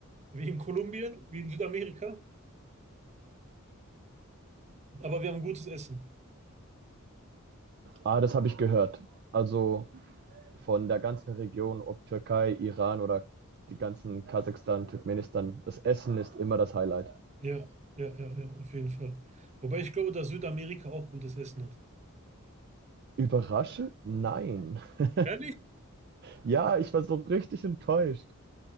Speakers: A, on the right (about 30°); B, on the right (about 50°).
A: wie in Kolumbien, wie in Südamerika, aber wir haben gutes Essen.
B: Ah, das habe ich gehört. Also von der ganzen Region, ob Türkei, Iran oder die ganzen Kasachstan, Turkmenistan, das Essen ist immer das Highlight.
A: Ja, ja, ja, ja, auf jeden Fall. Wobei ich glaube, dass Südamerika auch gutes Essen hat.
B: Überraschend? Nein. <laughs>
A: Ehrlich?
B: Ja, ich war so richtig enttäuscht.